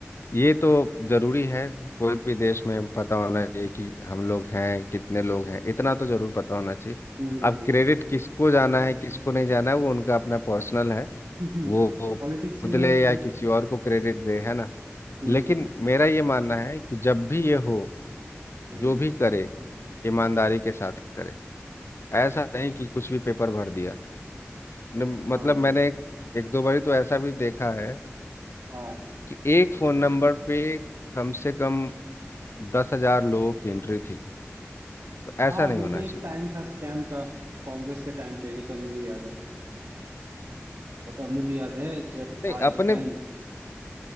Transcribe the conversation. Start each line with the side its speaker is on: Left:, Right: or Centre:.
Left: ये तो जरूरी है कोई भी देश में पता होना चाहिए कि हम लोग हैं कितने लोग हैं इतना तो जरूर पता होना चाहिए
Right: हम्म
Left: अब
Right: हम्म
Left: क्रेडिट किसको जाना है किसको नहीं जाना है वो उनका अपना पर्सनल है
Right: हम्म
Left: वो वो
Right: पॉलिटिक्स चल
Left: खुद
Right: रहा
Left: ले
Right: है उस
Left: या
Right: पे
Left: किसी और को क्रेडिट दे है ना
Right: हम्म
Left: लेकिन मेरा ये मानना है कि जब भी ये हो
Right: हम्म
Left: जो भी करे ईमानदारी के साथ करें ऐसा नहीं कि कुछ भी पेपर भर दिया ने-
Right: हाँ
Left: मतलब मैंने एक, एक दो बारी तो ऐसा भी देखा है
Right: हाँ
Left: कि एक फोन नंबर पे कम से कम दस हजार लोगों की एंट्री थी तो ऐसा
Right: हाँ
Left: नहीं
Right: वो
Left: होना
Right: तो एक
Left: चाहिए
Right: टाइम था स्कैम का कांग्रेस के टाइम पे ये तो हमें भी याद है वो तो हमें भी याद है जब
Left: नहीं
Right: था एक
Left: अपने
Right: टाइम